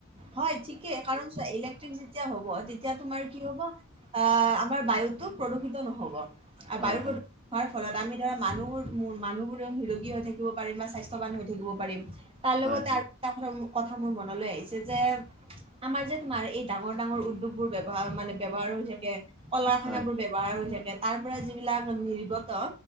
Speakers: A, on the right (about 25°); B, in the centre.
A: হয় ঠিকেই কাৰণ ইলেক্ট্ৰিক যেতিয়া হ'ব তেতিয়া তোমাৰ কি হ'ব আ আমাৰ বায়ুতটো প্ৰদূষিত নহ'ব আৰু
B: হয়
A: বায়ু
B: হয়
A: প্ৰদূ হোৱাৰ ফলত আমি ধৰা মানুহ-মানুহবোৰে নিৰোগী হৈ থাকিব পাৰিম বা স্বাস্থৱান হৈ থাকিব পাৰিম। তাৰ লগতে
B: হয় হয়
A: আৰু এটা কথা মোৰ মনলৈ আহিছে। যে আমাৰ যে তোমাৰ এই ডাঙৰ ডাঙৰ উদ্যোগ বোৰ ব্যৱহাৰ মানে ব্য্ৱহাৰ হৈ থাকে। কলাখানাবোৰ
B: হয়
A: ব্য্ৱহাৰ হৈ থাকে তাৰ পৰা যিবিলাক নিৰ্গত।